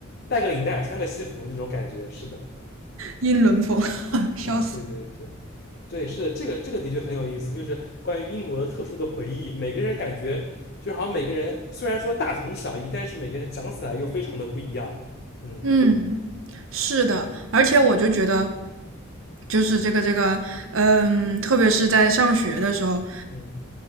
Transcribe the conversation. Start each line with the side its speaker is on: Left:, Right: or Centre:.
Left: 带个领带穿个西服那种感觉，是的，
Right: 英伦风，<laughs> 笑死。
Left: 啊，对对对，对，是的，这个这个的确很有意思，就是关于英国的特殊的回忆。每个人感觉就好像每个人虽然说大同小异，但是每个人讲起来又非常的不一样。嗯
Right: 嗯，是的，而且我就觉得，就是这个这个，嗯，特别是在上学的时候，
Left: 嗯